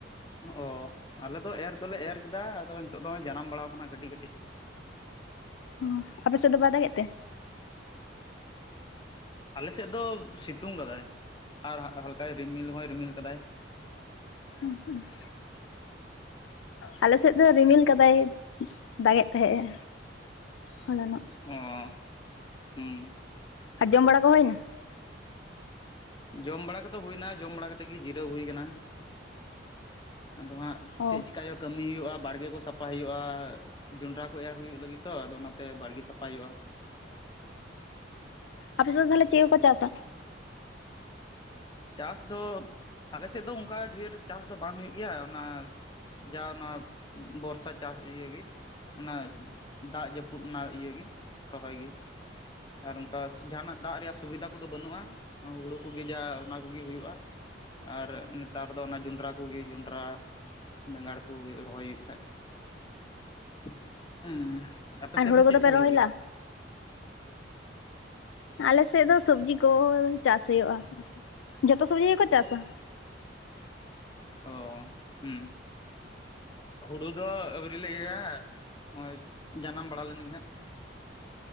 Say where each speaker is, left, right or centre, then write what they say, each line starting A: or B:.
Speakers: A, on the left (about 25°); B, on the left (about 85°).
A: ᱚ, ᱟᱞᱮ ᱫᱚ ᱮᱨ ᱫᱚᱞᱮ ᱮᱨ ᱠᱮᱫᱟ ᱟᱫᱚ ᱱᱤᱛᱚᱜ ᱫᱚ ᱡᱟᱱᱟᱢ ᱵᱟᱲᱟ ᱠᱟᱱᱟ ᱠᱟᱹᱴᱤᱡ ᱠᱟᱹᱴᱤᱡ ᱾
B: ᱚ, ᱟᱯᱮ ᱥᱮᱫ ᱫᱚ ᱵᱟᱭ ᱫᱟᱜᱮᱫ ᱛᱮ?
A: ᱟᱞᱮᱥᱮᱫ ᱫᱚ ᱥᱤᱛᱩᱝ ᱠᱟᱫᱟᱭ, ᱟᱨ ᱦᱟᱞᱠᱟᱭ ᱨᱤᱢᱤᱞ ᱦᱚᱭ ᱨᱤᱢᱤᱞ ᱠᱟᱫᱟᱭ ᱾
B: <unintelligible> ᱟᱞᱮ ᱥᱮᱫ ᱫᱚ ᱨᱤᱢᱤᱞ ᱠᱟᱫᱟᱭ, ᱫᱟᱜ ᱮᱫ ᱛᱟᱦᱮᱸᱜᱼᱮ ᱦᱚᱞᱟᱱᱚᱜ ᱾
A: ᱚ, ᱦᱩᱸ ᱾
B: ᱟᱨ ᱡᱚᱢ ᱵᱟᱲᱟ ᱠᱚ ᱦᱩᱭᱱᱟ?
A: ᱡᱚᱢ ᱵᱟᱲᱟ ᱠᱚᱫᱚ ᱦᱩᱭᱱᱟ, ᱡᱚᱢ ᱵᱟᱲᱟ ᱠᱟᱛᱮᱫ ᱜᱮ ᱡᱤᱨᱟᱹᱣ ᱦᱩᱭ ᱠᱟᱱᱟ ᱾ ᱟᱫᱚ ᱦᱟᱸᱜ
B: ᱚ
A: ᱪᱮᱫ ᱪᱤᱠᱟᱭ ᱠᱟᱹᱢᱤ ᱦᱩᱭᱩᱜᱼᱟ ᱵᱟᱲᱜᱮ ᱠᱚ ᱥᱟᱯᱟᱭ ᱦᱩᱭᱩᱜᱼᱟ ᱾ ᱡᱚᱱᱰᱨᱟ ᱠᱚ ᱮᱨ ᱦᱩᱭᱩᱜ ᱞᱟᱹᱜᱤᱫ ᱛᱚ ᱟᱫᱚ ᱚᱱᱟ ᱛᱮ ᱵᱟᱲᱜᱮ ᱥᱟᱯᱷᱟᱭ ᱦᱩᱭᱩᱜᱼᱟ ᱾
B: ᱟᱯᱮ ᱥᱮᱫ ᱛᱟᱦᱞᱮ ᱪᱮᱫ ᱠᱚ ᱠᱚ ᱪᱟᱥᱟ?
A: ᱪᱟᱥ ᱫᱚ, ᱟᱞᱮᱥᱮᱫ ᱫᱚ ᱚᱱᱠᱟ ᱰᱷᱮᱨ ᱪᱟᱥ ᱫᱚ ᱵᱟᱝ ᱦᱩᱭᱩᱜ ᱜᱮᱭᱟ ᱚᱱᱟ ᱡᱟ ᱚᱱᱟ ᱵᱚᱨᱥᱟ ᱪᱟᱥ ᱤᱭᱟᱹᱜᱤ ᱚᱱᱟ ᱫᱟᱜ ᱡᱟᱹᱯᱩᱫ ᱚᱱᱟ ᱤᱭᱟᱹ ᱜᱤ ᱨᱚᱦᱚᱭ ᱜᱤ ᱟᱨ ᱚᱱᱠᱟ ᱡᱟᱦᱟᱱᱟᱜ ᱫᱟᱜ ᱨᱮᱭᱟᱜ ᱥᱩᱵᱤᱫᱷᱟ ᱠᱚᱫᱚ ᱵᱟᱹᱱᱩᱜᱼᱟ, ᱦᱩᱲᱩ ᱠᱚᱜᱮ ᱡᱟ ᱚᱱᱟ ᱠᱚᱜᱮ ᱦᱩᱭᱩᱜᱼᱟ ᱾ ᱟᱨ ᱱᱮᱛᱟᱨ ᱫᱚ ᱚᱱᱟ ᱡᱚᱸᱰᱨᱟ ᱠᱚᱜᱮ, ᱡᱚᱸᱰᱨᱟ ᱵᱮᱸᱜᱟᱲ ᱠᱚ ᱦᱩᱭᱩᱜ ᱨᱚᱦᱚᱭ ᱦᱩᱭᱩᱜ ᱠᱷᱟᱡ ᱾ ᱮᱸ ᱟᱯᱮ
B: ᱟᱨ
A: ᱥᱮᱫ
B: ᱦᱳᱲᱳ
A: ᱫᱚ
B: ᱠᱚᱫᱚ
A: ᱪᱮᱜ ᱠᱚ
B: ᱯᱮ
A: ᱦᱩᱭᱩᱜ
B: ᱨᱚᱦᱚᱭ
A: ᱜᱮᱭᱟ?
B: ᱞᱟᱜᱼᱟ ᱟᱞᱮ ᱥᱮᱫ ᱫᱚ ᱥᱚᱵᱽᱡᱤ ᱠᱚ ᱪᱟᱥ ᱦᱩᱭᱩᱜᱼᱟ ᱟᱨᱠᱤ ᱡᱷᱚᱛᱚ ᱥᱚᱵᱡᱤ ᱜᱮᱠᱚ ᱪᱟᱥᱟ ᱾
A: ᱚ ᱦᱩᱸ, ᱦᱩᱲᱩ ᱫᱚ ᱟᱹᱣᱨᱤ ᱞᱮ ᱤᱭᱟᱹᱭᱟ ᱚᱭᱮᱡ ᱡᱟᱱᱟᱢ ᱵᱟᱲᱟ ᱞᱮᱱ ᱜᱮ ᱦᱟᱸᱜ,